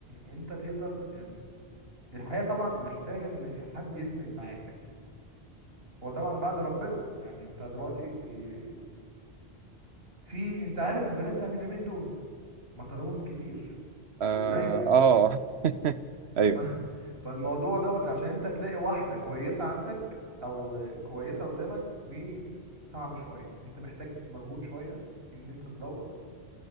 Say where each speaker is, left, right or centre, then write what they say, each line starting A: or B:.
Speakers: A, on the right; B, on the right.
A: انت تقدر يعني الحياه طبعا محتاجه ان حد يسند معاك هو طبعا بعد ربنا يعني انت دلوقتي آه، في انت عارف البنات بتاعت اليومين دول مطالبهم كتير
B: اه,
A: وقليل
B: آه. <laughs> ايوه
A: ف... <laughs> فالموضوع دوت عشان انت تلاقي واحدة كويسة عندك او كويسة قدامك دي صعب شوية انت محتاج مجهود شوية ان انت تدور